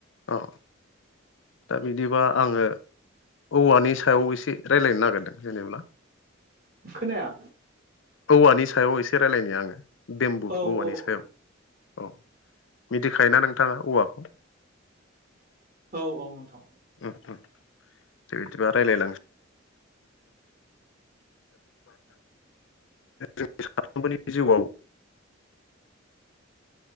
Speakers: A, on the left (about 70°); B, on the right (about 45°).
A: अ दा बिदिबा आङो। औवानि सायाव एसे रायलायनो नागेरदों जेनेब्ला।
B: खोनाया।
A: औवानि सायाव एसे रायलायनि आङो बेम्बु
B: औ
A: औवानि
B: औ
A: सायाव।
B: औ
A: औ मिथिखायो ना नोंथाङा औवाखौ?
B: औ-औ नोंथां।
A: उम-उम दे बिदिबा रायलायलांसै। जों सानफ्रोमबोनि जिउआव।